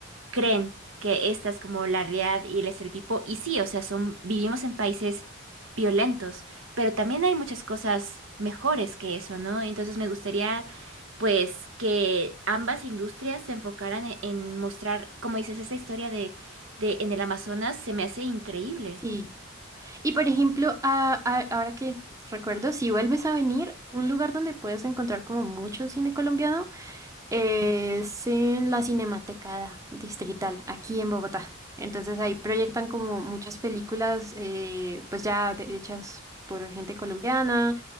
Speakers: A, on the right; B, on the right.
A: creen que esta es como la realidad y el estereotipo. Y sí, o sea, son, vivimos en países violentos, pero también hay muchas cosas mejores que eso, ¿no? Entonces me gustaría, pues, que ambas industrias se enfocaran en, en mostrar, como dices, esa historia de, de en el Amazonas se me hace increíble.
B: sí. Y por ejemplo, a- a- ahora que recuerdo, si vuelves a venir, un lugar donde puedes encontrar como mucho cine colombiano es en la Cinemateca Distrital, aquí en Bogotá. Entonces ahí proyectan como muchas películas, eh, pues ya de- hechas por gente colombiana,